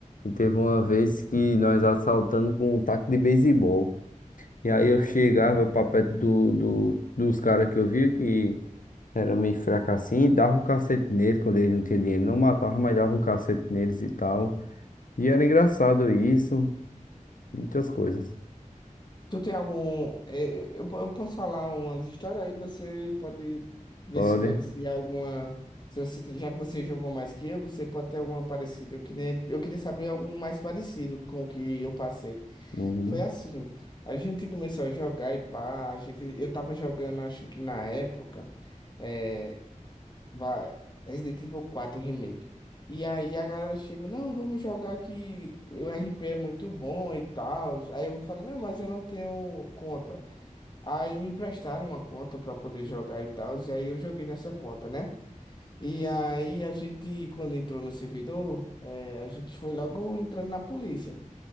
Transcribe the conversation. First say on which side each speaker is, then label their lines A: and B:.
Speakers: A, on the left; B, on the left.
A: E teve uma vez que nós assaltando com um taco de beisebol. E aí
B: Hum.
A: eu chegava pra perto do, do- dos caras que eu via que era meio fraco assim, e dava o cacete nele quando ele não tinha dinheiro. Não matava, mas dava o cacete neles e tal. E era engraçado isso, muitas coisas.
B: Tu tem algum. eh, Eu, po- eu posso falar umas histórias aí, você pode ver
A: pode,
B: se, vo- se alguma. Se você, tem- já que você jogou mais que eu, você pode ter alguma parecida. Eu queria, eu queria saber algo mais parecido com o que eu passei.
A: uhum.
B: Foi assim, a gente começou a jogar e pá, a gente, eu tava jogando, acho que na época. é, Vai, Resident Evil quatro Remake. E aí a galera chega, não, vamos jogar que o RP é muito bom e tal. Aí eu falei, não, mas eu não tenho conta. Aí me emprestaram uma conta pra poder jogar e tal. E aí eu joguei nessa conta, né? E aí a gente, quando entrou no servidor, eh, a gente foi logo entrando na polícia.